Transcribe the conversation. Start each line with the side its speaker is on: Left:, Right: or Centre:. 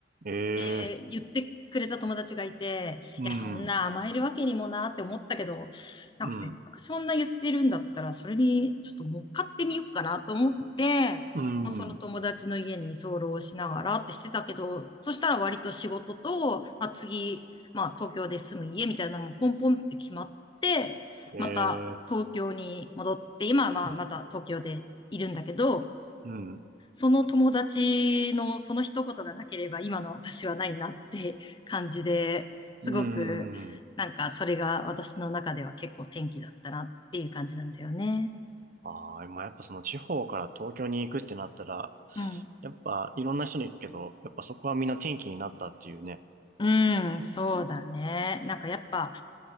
Right: え
Left: て言ってくれた友達がいて、
Right: え。うん。
Left: いや、そんな甘えるわけにもなって思ったけど、
Right: う
Left: なんかせっかくそんな言ってるんだったら、
Right: ん。
Left: それにちょっと乗っかってみようかなと思って、
Right: うん。
Left: まあ、その友達の家に居候しながらってしてたけど、そしたら割と仕事と、まあ、次、まあ東京で住む家みたいなのもポンポンって決まって、
Right: ええ。
Left: また東京に戻って、今はまあまた東京でいるんだけど、
Right: うん。
Left: その友達のその一言がなければ今の私はないなって感じで、すごくなんかそれが私の中では結構転機だったなっていう感じなんだよね。
Right: うん。ああ、まあ、やっぱその地方から東京に行くってなったら、
Left: うん。
Right: やっぱいろんな人に行くけど、やっぱそこはみんな転機になったっていうね。
Left: うん、そうだね。なんかやっぱ